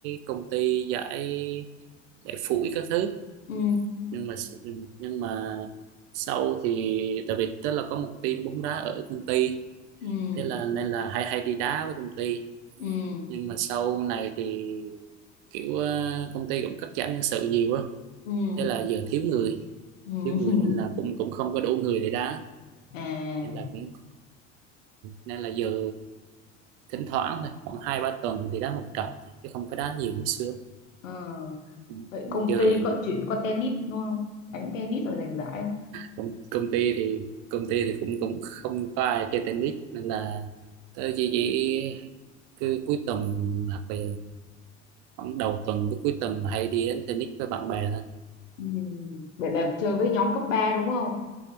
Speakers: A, on the right (about 60°); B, on the left (about 80°).
A: công ty giải giải phủi các thứ
B: ừ
A: nhưng mà s- nhưng mà sau thì tại vì tớ là có một team bóng đá ở công ty
B: ừ
A: thế là nên là hay hay đi đá với công ty
B: ừ
A: nhưng mà sau này thì kiểu ờ, công ty cũng cắt giảm nhân sự nhiều á
B: ừ
A: thế là giờ thiếu người
B: ừ <laughs>
A: thiếu người nên là cũng cũng không có đủ người để đá
B: à
A: nên là cũng nên là giờ thỉnh thoảng thôi khoảng hai ba tuần thì đá một trận thôi, chứ không có đá nhiều như xưa
B: Ờ,
A: Ừ,
B: Vậy công
A: giờ
B: ty có chuyện có tennis luôn không đánh tennis rồi giành giải không
A: công, công ty thì công ty thì cũng cũng không có ai chơi tennis nên là tớ chỉ chỉ cứ cuối tuần hoặc là khoảng đầu tuần tới cuối tuần hay đi đến tennis với bạn bè thôi
B: ừ vậy là chơi
A: Ừ,
B: với nhóm cấp 3 đúng không